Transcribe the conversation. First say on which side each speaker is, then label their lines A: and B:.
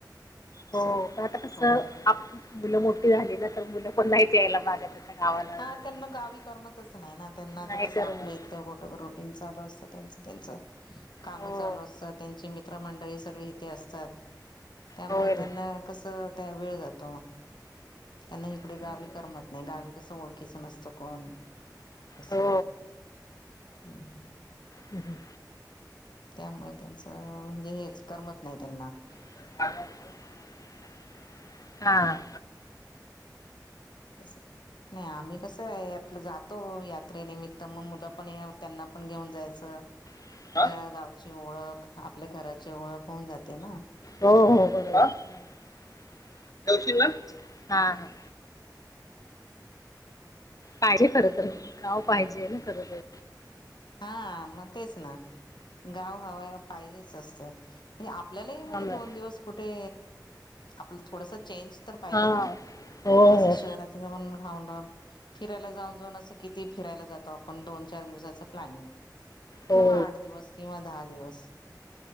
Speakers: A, on the left; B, on the left.
A: असं
B: हो पण आता कस
A: थोडं
B: आपली मुलं मोठी झाली ना तर मुलं पण नाहीती यायला मागत आता. गावाला
A: हा
B: वगैरे
A: त्यांना गावी करमतच नाही ना त्यांना आता
B: नाही
A: कसं
B: करमत
A: आपलं इथल रुटिंग चालू असतं ते. त्यांच काम
B: हो
A: चालू असतात, त्यांची मित्रमंडळी सगळे इथे असतात. त्यामुळे
B: होय ना
A: त्यांना कस त्या वेळ जातो त्यांना इकडे
B: हम्म
A: गावी करमत नाही. गावी तसं ओळखीच नसतं कोण. असं
B: हो
A: ह्.
B: हम् हम.
A: त्यामुळे त्यांचं म्हणजे हेच करमत नाही त्यांना.
B: <unintelligible> हां.
A: असं. नाही आम्ही कसं आहे आपलं जातो यात्रेनिमित्त मग मुलं पण त्यांना पण घेऊन जायचं,
B: <unintelligible>
A: जरा गावची ओळख आपल्या घराची ओळख होऊन जाते ना
B: हो-हो बरोबर, <unintelligible> हां, हां. पाहिजे खर तर, गाव पाहिजे ना खर तर.
A: हा मग तेच ना गाव हवा पाहिजेच असते. आपल्यालाही म्हणजे
B: हां ना.
A: दोन दिवस कुठे आपलं थोडासा चेंज तर पाहिजेल
B: हां
A: ना?
B: हो
A: असं
B: हो
A: शहराच राहून राहुन-राहून फिरायला जाऊन जाऊन असं किती फिरायला जातो आपण दोन-चार दिवसाचं प्लॅनिंग.
B: हो
A: किंवा आठ दिवस, किंवा दहा दिवस.